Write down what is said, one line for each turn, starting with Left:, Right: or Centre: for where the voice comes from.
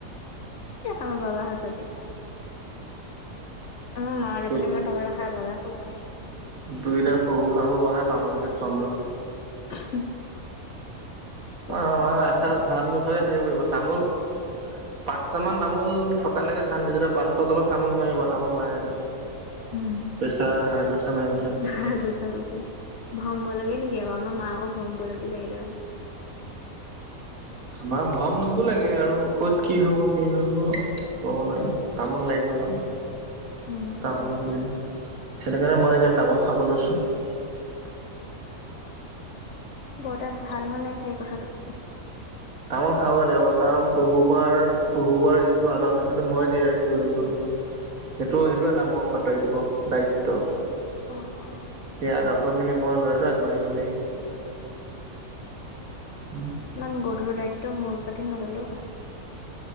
Left: আমাৰ বাবা হাচতি আমাৰ মাই আজি কালি
Right: অ
Left: ইমান তামোল নাখাই বাবা খুব খাই
Right: দুইটা শহু শাহু বহাই তামোলকে খোৱাম ৰ
Left: <inaudible>
Right: অ
Left: খাই
Right: এসজ ভাত নোখাকে থাকিব পিব তামোল পাঁচটা মান তামোল থকালৈকে খান্দি তেতিয়া পাঁচটাৰ তলত তামোল কামিব তামোল নাই আৰু
Left: উম
Right: প্ৰেছাৰ হাই প্ৰেছাৰ মাৰি পঠিয়াব
Left: ত পিছ ম প ভম্ব লাগে নেকি আৰু আমাৰ মাকা আকৌ ভম বোলকীব কেতিয়াবা
Right: আমাৰ ভম নবলাকে আৰু ক'ত কি হব কি নহব কব নোৱাৰি তামোল লাগিব মানে
Left: উম।
Right: তামোল দিন সেইনে কাৰণে মই গাল তামোল খাবলৈছো হয়
Left: বৰ তা ভাল হোৱা নাই চাগ এই কথাটো
Right: তামোল খাবই লাগিব কাৰণ শহু বোৱাৰ শহু বোৱাৰ যিটো আদত সেই সটো মই জীয়াই ৰাখিব লাগিব নো সেইটো সেইটো এটা মোৰ কৰ্তব্য দায়িত্ব
Left: অ', অ', অ',
Right: সেই আদৰ্শ খিনি মই লয়তো আগবাঢ়িব লাগিব উম
Left: ইমান গধুৰ দায়িত্ব সেইটো মূৰ পাতি নললেও হয়